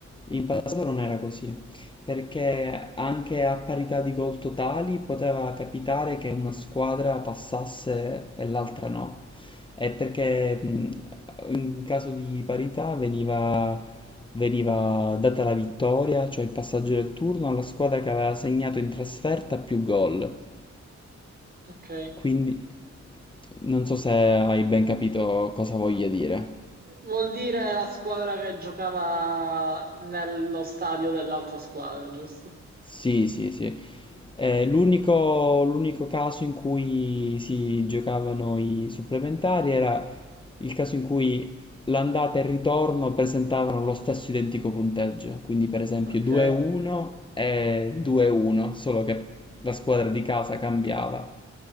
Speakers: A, on the left; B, on the right.
A: In passato non era così, perché anche a parità di gol totali poteva capitare che una squadra passasse e l'altra no. È perché mh, in caso di parità veniva, veniva data la vittoria, cioè il passaggio del turno, alla squadra che aveva segnato in trasferta più gol.
B: ok.
A: Quindi non so se hai ben capito cosa voglia dire.
B: Vuol dire la squadra che giocava nello stadio dell'altra squadra, giusto?
A: Sì, sì, sì. Eh, l'unico l'unico caso in cui si giocavano i supplementari era il caso in cui l'andata e il ritorno presentavano lo stesso identico punteggio, quindi per esempio
B: Ok.
A: 2-1 e 2-1, solo che la squadra di casa cambiava.